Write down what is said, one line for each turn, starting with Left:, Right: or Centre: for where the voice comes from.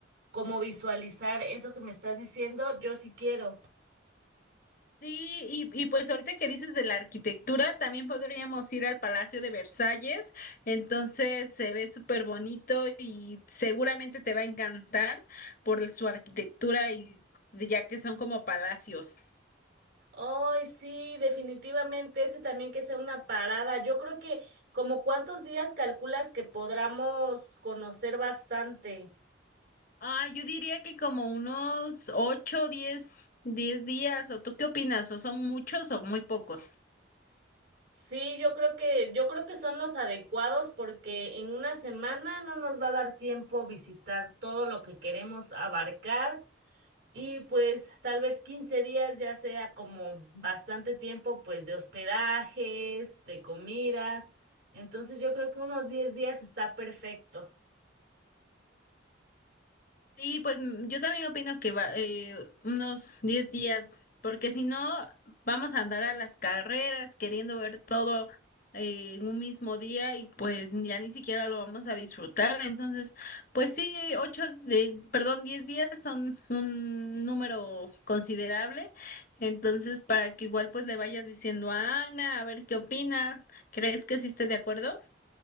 Right: como visualizar eso que me estás diciendo. Yo sí quiero.
Left: Sí, y, y pues ahorita que dices de la arquitectura, también podríamos ir al Palacio de Versalles, entonces se ve súper bonito y seguramente te va a encantar por su arquitectura y ya que son como palacios.
Right: Ay, sí, definitivamente, ese también que sea una parada. Yo creo que como cuántos días calculas que podamos conocer bastante.
Left: Ah, yo diría que como unos ocho, diez, diez días, ¿o tú qué opinas? ¿O son muchos o muy pocos?
Right: Sí, yo creo que, yo creo que son los adecuados porque en una semana no nos va a dar tiempo visitar todo lo que queremos abarcar y pues tal vez 15 días ya sea como bastante tiempo pues de hospedajes, de comidas. Entonces yo creo que unos 10 días está perfecto.
Left: Sí, pues mm, yo también opino que va, eh, unos 10 días, porque si no, vamos a andar a las carreras queriendo ver todo eh, en un mismo día y pues ya ni siquiera lo vamos a disfrutar. Entonces, pues sí, ocho de, perdón, 10 días son un número considerable. Entonces, para que igual pues le vayas diciendo a Ana, a ver qué opina, ¿crees que sí esté de acuerdo?